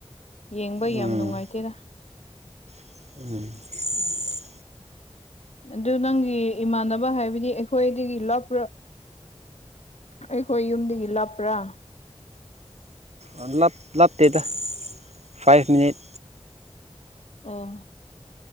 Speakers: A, on the left; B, on the right.
A: ꯌꯦꯡꯕ
B: ꯎꯝ
A: ꯌꯥꯝ ꯅꯨꯡꯉꯥꯏꯇꯦꯗ
B: <unintelligible>
A: ꯑꯗꯨ ꯅꯪꯒꯤ ꯏꯃꯥꯟꯅꯕ ꯍꯥꯏꯕꯗꯤ ꯑꯩꯈꯣꯏꯗꯒꯤ ꯂꯥꯞꯄꯔ ꯑꯩꯈꯣꯏ ꯌꯨꯝꯗꯒꯤ ꯂꯥꯞꯄ꯭ꯔꯥ
B: ꯑ ꯂꯥꯞꯇꯦꯗ ꯐꯥꯏꯚ ꯃꯤꯅꯤꯠ
A: ꯑꯣ